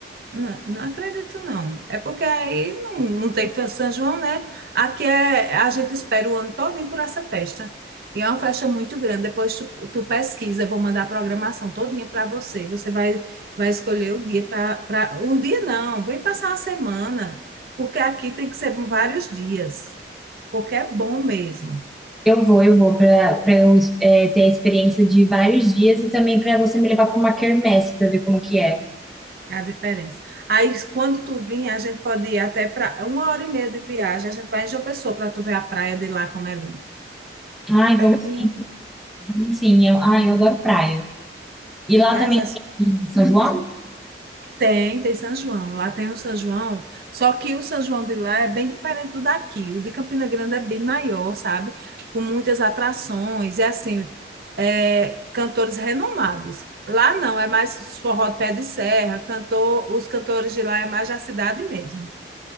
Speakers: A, on the right; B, in the centre.
A: Não, não acredito, não. É porque aí não, não tem festa de São João, né? Aqui é, a gente espera o ano todo por essa festa. E é uma festa muito grande. Depois tu, tu pesquisa, eu vou mandar a programação todinha para você. Você vai, vai escolher o dia para... Um dia não, vem passar uma semana. Porque aqui tem que ser vários dias. Porque é bom mesmo
B: Eu vou, eu vou, pra, pra eu é, ter a experiência de vários dias e também pra você me levar pra uma quermesse pra ver como que é.
A: a diferença. Aí, quando tu vir, a gente pode ir até para uma hora e meia de viagem. A gente vai em João Pessoa para tu ver a praia de lá como é linda.
B: Ai,
A: Fica pertinho.
B: vamos sim, vamos sim. Eu, ai, eu adoro praia. E lá
A: Mas
B: também
A: as-
B: tem em São João?
A: tem, tem São João. Lá tem o São João, só que o São João de lá é bem diferente do daqui. O de Campina Grande é bem maior, sabe? Com muitas atrações, é assim, é, cantores renomados. Lá não, é mais forró de pé de serra, cantor, os cantores de lá é mais da cidade mesmo.